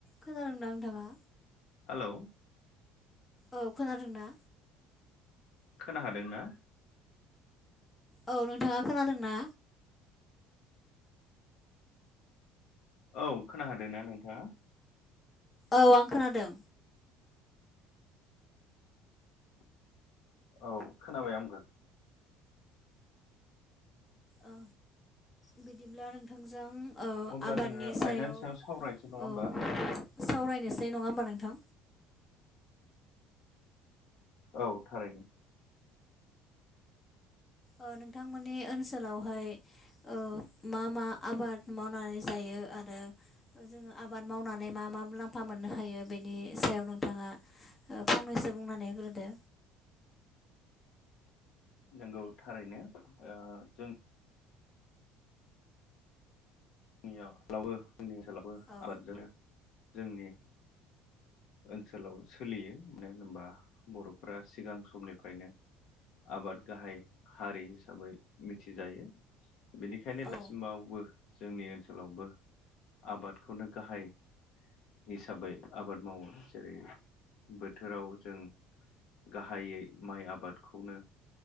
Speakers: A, on the left; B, on the left.
A: खोनादोंं ना नोंथाङा?
B: हेलौ।
A: औ खोनादों दा
B: खोना हादों ना?
A: औ नोंथांङा खोनादों ना?
B: औ खोना हादो ना नोंथाङा?
A: औ आं खोनादों।
B: औ खोनाबाय आंबो।
A: ओ बिदिब्ला नोंथांजों ओ
B: अब्ला
A: आबादनि
B: जोङो
A: सायाव
B: आयदानि सावरायनोसै नङा
A: औ
B: होमबा
A: सावरायनोसै नङा होमबा नोंथां।
B: औ थारैनो।
A: ओ नोंथांमोननि ओनसोलावहाय ओ मा मा आबाद मावनानै जा यो आरो जोङो आबाद मावनानै मा मा मुलाम्फा मोननो हायो बेनि सायाव नोंथाङा ओ फंनैसो बुंनानै होग्रोदो।
B: नोंगौ थारैनो ओ जों जोंनिब्लावबो जोंनि ओनसोलावबो
A: औ
B: आबादजोनो जोंनि ओनसोलाव सोलियो। मानो होनबा बर'फोरा सिगां समनिफ्रायनो आबाद गाहाय हारि हिसाबै मिथिजायो। बेनिखायनो
A: औ
B: दासिमावबो जोंनि ओनसोलावबो आबादखौनो गाहाय हिसाबै आबाद मावो। जेरै बोथोराव जों गाहायै माइ आबादखौनो